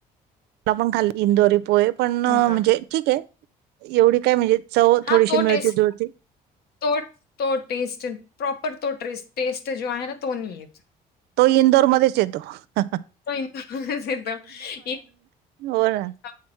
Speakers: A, on the right; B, on the left.
A: ला पण खाल्ली इंदोरी पोहे पण अं
B: हो का
A: म्हणजे ठीके एवढी काय म्हणजे चव
B: हा
A: थोडीशी
B: तो
A: मिळती
B: टेस्
A: जुळती
B: तो, तो टेस्ट प्रॉपर तो ट्रेरेस, टेस्ट जो आहे ना तो नाही येत.
A: तो इंदोरमध्येच येतो हं हं.
B: तो इंदूरमध्ये येतो. इ
A: हो ना
B: हा